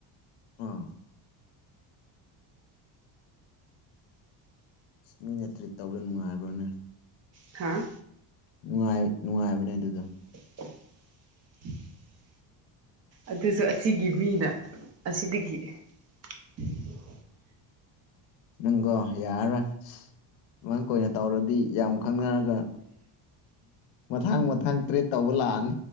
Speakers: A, on the left (about 80°); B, on the right (about 35°).
A: ꯑꯥ ꯑꯁ ꯃꯤꯅ ꯇ꯭ꯔꯤꯠ ꯇꯧꯕꯗ ꯅꯨꯡꯉꯥꯏꯕ꯭ꯔꯣꯅꯦ
B: ꯍꯥꯥ
A: ꯅꯨꯡꯉꯥꯏ ꯅꯨꯡꯉꯥꯏꯕꯅꯦ ꯑꯗꯨꯗꯣ
B: <unintelligible> ꯑꯗꯨꯁꯨ ꯑꯁꯤꯒꯤ ꯃꯤꯅ ꯑꯁꯤꯗꯒꯤ <unintelligible>
A: ꯅꯪꯒꯣ ꯌꯥꯔꯔꯣꯏ ꯃꯥꯏ ꯀꯣꯏꯅ ꯇꯧꯔꯗꯤ ꯌꯥꯝ ꯈꯪꯅꯔꯒ ꯃꯊꯥꯡ ꯃꯊꯥꯡ ꯇ꯭ꯔꯦꯠ ꯇꯧꯕ ꯂꯥꯛꯑꯅꯤ